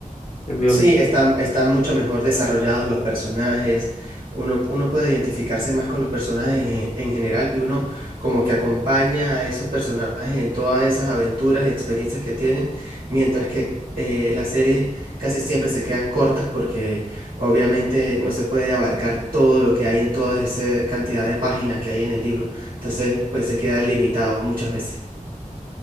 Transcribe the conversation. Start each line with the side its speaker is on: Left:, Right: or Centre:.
Left: en mi
Right: Sí,
Left: opinión.
Right: están, están mucho mejor desarrollados los personajes. Uno, uno puede identificarse más con los personajes en, en general y uno como que acompaña a esos personajes en todas esas aventuras y experiencias que tienen, mientras que eh, las series casi siempre se quedan cortas porque obviamente no se puede abarcar todo lo que hay en toda esa cantidad de páginas que hay en el libro. Entonces, pues se queda limitado muchas veces.